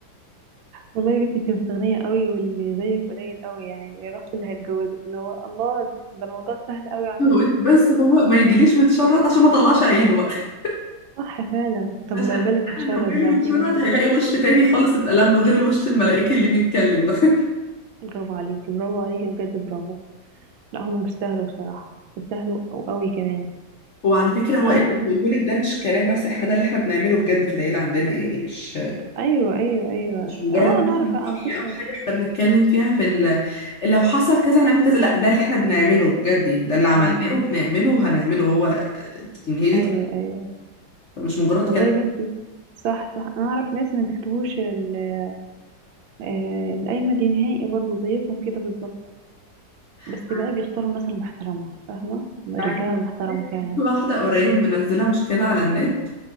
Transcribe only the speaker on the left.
بقولك بس هو ما يجيليش متشرط عشان ما طلعش عينه بقى <laughs>
عشان
انا لو جالي
متشرط
هيلاقي وش تاني خالص اتقلب له غير الوش الملائكي اللي بيتكلم ده <laughs>
وعلى فكرة هو
اللي انا بقوله لك ده مش كلام بس احنا ده اللي احنا بنعمله بجد في العيلة عندنا يعني مش
مش مجرد
مثلا
رأي
أو حاجة احنا بنتكلم فيها في ال... لو حصل كذا هنعمل كذا لا ده اللي احنا بنعمله بجد يعني ده اللي عملناه
وبنعمله وهنعمله هو يعني هي دي
طريقة.
مش مجرد
كلام
<laughs>
عايزة
أقول لك،
واحدة قريب منزلة مشكلة على النت